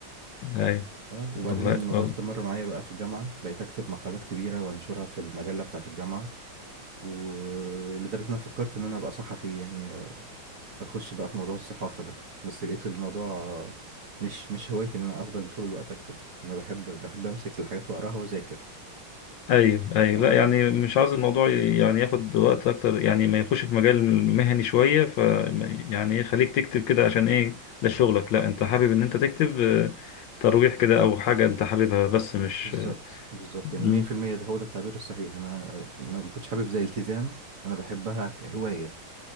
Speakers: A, on the left; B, on the right.
A: اي
B: أه وبعدين
A: والله
B: الموضوع
A: والله
B: استمر معايا بقى في الجامعة بقيت أكتب مقالات كبيرة وأنشرها في المجلة بتاعة الجامعة ولدرجة إن أنا فكرت إن أنا أبقى صحفي يعني اخش بقى في موضوع الصحافة ده بس لقيت الموضوع مش مش هوايتي ان انا افضل طول الوقت اكتب انا بحب بحب امسك الحاجات واقراها واذاكر
A: ايوه ايوه
B: اه
A: لا يعني مش عاوز الموضوع ي- يعني ياخد وقت اكتر يعني ما يخش في مجال مهني شويه ف يعني ايه خليك تكتب كده عشان ايه ده شغلك لا انت حابب ان انت تكتب آه، ترويح كده او حاجه انت حاببها بس مش
B: بالظبط بالظبط
A: مم.
B: يعني 100% ده هو ده التعبير الصحيح انا آه، ما ما كنتش حابب زي التزام انا بحبها كهواية